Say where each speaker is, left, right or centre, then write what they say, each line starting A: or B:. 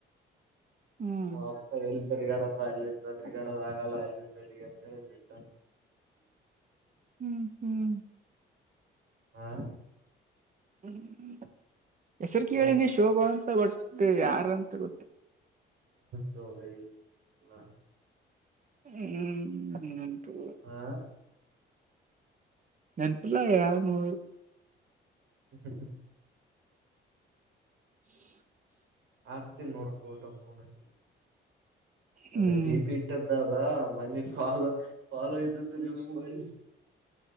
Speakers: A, on the right (about 40°); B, on the right (about 70°).
A: ಹ್ಮ್
B: ಹ ಅಪ್ಪ ಎಲ್ಲಿ ತಿರ್ಗಾಡಪ್ಪ ಅಲ್ಲಿಂದ ತಿರ್ಗಾಡದ ಆಗಲ್ಲ ಅಲ್ಲಿಂದ ಎಲ್ಲಿಗೆ ಅಂತ ಹೇಳಿ ಬಿಟ್ಟ
A: ಹ್ಮ್ ಹ್ಮ್
B: ಹಾ
A: ಹ್ಮ್ ಹೆಸರ್
B: ಅಲ್ವಾ
A: ಕೇಳಿನೀ ಶೋಭಾ ಅಂತ ಬಟ್ ಯಾರಂತ <inaudible>
B: ದೊ ಬಜೆ ಅಲ್ಲ <inaudible>
A: ಹ್ಮ್ಂಟು
B: ಹಾ
A: ನೆನಪಿಲ್ಲ ಯಾರ ನೂ
B: ಹ್ಮ ಹ್ಮ ಹ್ಮ
A: <inaudible>
B: ಆಗ್ತಿ ನೋಡ್ ಫೋಟೋ ಕೋನಸ ಅದ
A: ಹ್ಮ್
B: ಡಿ ಪಿ ಇಟ್ಟದ್ದ ಅದ ಮನಿ ಪಾಲ್ ಫಾಲೋ ಇದ್ದದ ರಿಮೂವ್ ಮಾಡಿ